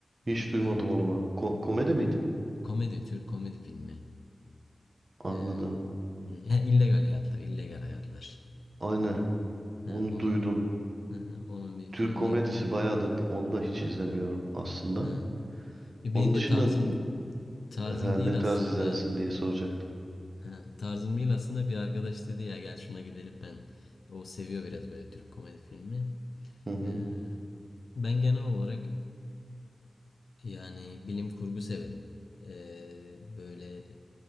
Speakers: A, on the left; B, on the right.
A: Harbi
B: Hiç duymadım
A: Hayat...
B: onu bak. Ko- komedi miydi?
A: Komedi, Türk komedi filmi. Eee,
B: Anladım.
A: he, illegal Hayatlar, illegal Hayatlar.
B: Aynen.
A: He,
B: Onu
A: onun
B: duydum.
A: bir <laughs> onun bir filmine
B: Türk komedisi
A: gittim.
B: bayağıdır da- onu da hiç izlemiyorum aslında.
A: He. E, Benim
B: Onun
A: de
B: dışında
A: tarzım tarzım
B: Ha,
A: değil
B: ne tarz
A: aslında.
B: izlersin diye soracaktım.
A: He, tarzım değil aslında bir arkadaş dedi ya gel şuna gidelim ben. O seviyor biraz böyle Türk komedi filmi.
B: Hı hı,
A: Ee, ben genel olarak yani bilim kurgu severim. Ee, böyle e,